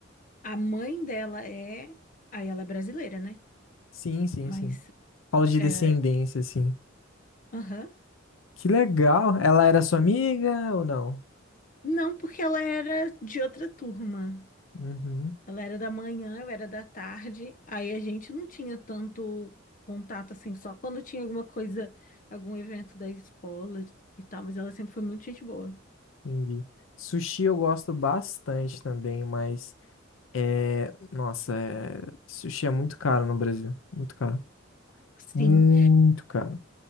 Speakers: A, on the left (about 40°); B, on the left (about 80°).
A: a mãe dela é, aí ela é brasileira, né?
B: Sim, sim,
A: Mas
B: sim. Fala de
A: é,
B: descendência, assim.
A: aham.
B: Que legal. Ela era sua amiga ou não?
A: Não, porque ela era de outra turma.
B: Uhum,
A: Ela era da manhã, eu era da tarde. Aí a gente não tinha tanto contato assim, só quando tinha alguma coisa, algum evento da escola e tal, mas ela sempre foi muito gente boa.
B: entendi. Sushi eu gosto bastante também, mas é, nossa, é, sushi é muito caro no Brasil, muito caro.
A: Sim.
B: Muito caro.